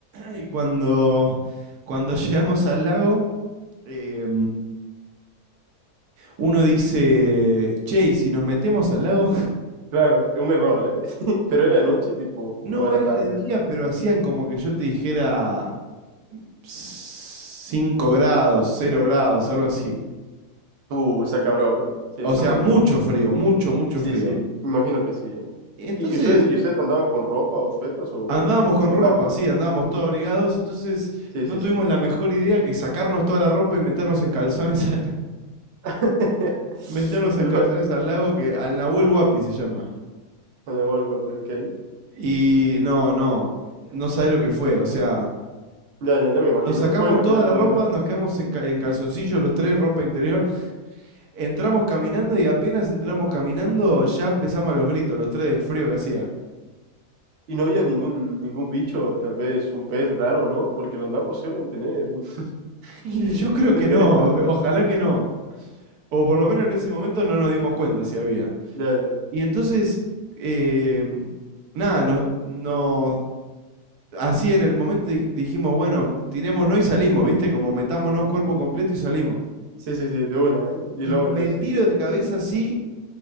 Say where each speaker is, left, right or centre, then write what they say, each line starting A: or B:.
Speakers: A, on the right; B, on the right.
A: y cuando, cuando llegamos al lago, eh, uno dice, che, ¿y si nos metemos al lago? <laughs>
B: Claro, un error, ¿eh? <laughs> Pero era de noche, tipo,
A: No,
B: o era
A: era
B: tarde.
A: de día, pero hacían como que yo te dijera 5 grados, cero grados, algo así.
B: Uh, está cabrón, ¿eh? Sí,
A: O
B: está
A: sea,
B: muy
A: mucho
B: duro.
A: frío, mucho, mucho
B: Sí,
A: frío.
B: sí, imagino que sí, ¿eh?
A: Y Entonces
B: ¿Y y ustedes, y ustedes andaban con ropa o suetas o,
A: andábamos con
B: o
A: ropa,
B: andaban?
A: sí, andábamos todos abrigados, entonces
B: Sí,
A: no
B: sí,
A: tuvimos
B: sí.
A: la mejor idea que sacarnos toda la ropa y meternos en calzones <laughs>
B: <laughs>
A: meter unos zancazones
B: Y luego,
A: al lago que al Nahuel Huapi se llama.
B: me vuelvo, ok.
A: Y no, no, no sabés lo que fue. O sea,
B: Ya, ya, ya me imagino,
A: nos sacamos
B: me puedo imaginar
A: toda la
B: por
A: ropa,
B: dónde va.
A: nos quedamos en, ca- en calzoncillos los tres, ropa interior. Entramos caminando y apenas entramos caminando ya empezamos a los gritos, los tres del frío que hacía.
B: Y no había ningún, ningún bicho, tal vez un pez raro, ¿no? Porque los lagos suelen tener, <laughs>
A: Y yo creo
B: suelen
A: que
B: tener,
A: no,
B: co-
A: ojalá que no. O por lo menos en ese momento no nos dimos cuenta si había.
B: ya, ya.
A: Y entonces, eh, nada, nos, nos así en el momento dij- dijimos, bueno, tirémonos y salimos, ¿viste? Como metámonos cuerpo completo y salimos.
B: Sí, sí, sí, de una, ¿eh? Y
A: Y
B: luego
A: me
B: ya sí.
A: tiro de cabeza así